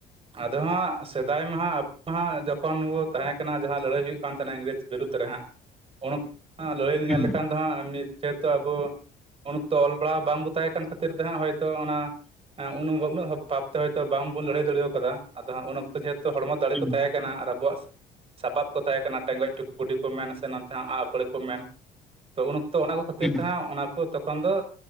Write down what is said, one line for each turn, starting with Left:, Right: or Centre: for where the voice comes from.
Right: ᱟᱫᱚ ᱦᱟᱸᱜ ᱥᱮᱫᱟᱭ ᱢᱟᱦᱟᱸᱜ <unintelligible> ᱢᱟᱦᱟᱸᱜ ᱡᱚᱠᱷᱚᱱ ᱵᱚᱱ ᱛᱟᱦᱮᱸ ᱠᱟᱱᱟ ᱡᱟᱦᱟᱸ ᱞᱟᱹᱲᱦᱟᱹᱭ ᱦᱩᱭᱩᱜ ᱠᱟᱱ ᱛᱟᱦᱮᱱᱟ ᱤᱝᱨᱮᱡᱽ ᱵᱤᱨᱩᱫᱽ ᱨᱮ ᱦᱟᱸᱜ᱾ ᱩᱱᱚᱠᱛᱚ ᱞᱟᱹᱲᱦᱟᱹᱭᱮᱢ
Centre: ᱦᱩᱸ
Right: ᱧᱮᱞ ᱞᱮᱠᱷᱟᱱ ᱫᱚ ᱦᱟᱸᱜ ᱮᱢᱱᱤ ᱡᱮᱦᱮᱛᱩ ᱟᱵᱚᱼᱼ ᱩᱱᱠᱛᱚ ᱚᱞ ᱵᱟᱲᱦᱟᱣ ᱵᱟᱝᱵᱚᱱ ᱛᱟᱦᱮᱸ ᱠᱟᱱ ᱠᱷᱟᱹᱛᱤᱨ ᱛᱮ ᱦᱟᱸᱜ ᱦᱚᱭ ᱛᱚ ᱚᱱᱟᱼᱼ ᱦᱚᱸ ᱩᱱ ᱦᱚᱸ ᱩᱱᱟᱹᱜ ᱵᱷᱟᱛᱮ ᱦᱚᱭᱛᱚ ᱵᱟᱝᱵᱚᱱ ᱞᱟᱹᱲᱦᱟᱹᱭ ᱫᱟᱲᱮᱣᱟ ᱟᱠᱟᱫᱟ ᱟᱫᱚ ᱦᱟᱸᱜ ᱩᱱ ᱚᱠᱛᱚ ᱡᱮᱦᱮᱛᱩ ᱦᱚᱲᱢᱚ ᱫᱟᱲᱮ
Centre: ᱦᱩᱸ
Right: ᱠᱚ ᱛᱟᱦᱮᱸ ᱼᱼ ᱠᱟᱱᱟ ᱟᱨ ᱟᱵᱚᱣᱟᱜ ᱥᱟᱯᱟᱵ ᱠᱚ ᱛᱟᱦᱮᱸ ᱠᱟᱱᱟ ᱴᱮᱸᱜᱚᱡ ᱴᱩ ᱠᱩᱰᱤ ᱠᱚ ᱢᱮᱱᱟ ᱥᱮ ᱱᱚᱛ ᱦᱚᱸᱜ ᱟᱸᱜᱼ ᱟᱸᱯᱟᱹᱲᱟᱹ ᱠᱚ ᱢᱮᱱ ᱛᱚ ᱩᱱ ᱚᱠᱛᱚ ᱚᱱᱟ ᱠᱚ ᱠᱷᱟᱹᱛᱤᱨ
Centre: ᱦᱩᱸ
Right: ᱛᱮ ᱦᱟᱸᱜ ᱚᱱᱟ ᱠᱚᱼᱼ ᱛᱚᱠᱷᱚᱱ ᱫᱚ